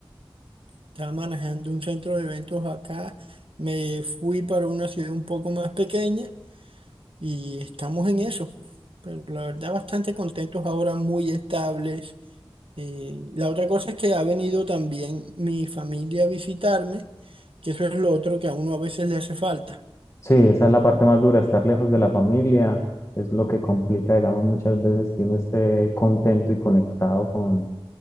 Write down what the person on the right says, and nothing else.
estaba manejando un centro de eventos acá, me fui para una ciudad un poco más pequeña y estamos en eso. Pero la verdad bastante contentos ahora, muy estables. Eh, la otra cosa es que ha venido también mi familia a visitarme, que eso es lo otro que a uno a veces le hace falta.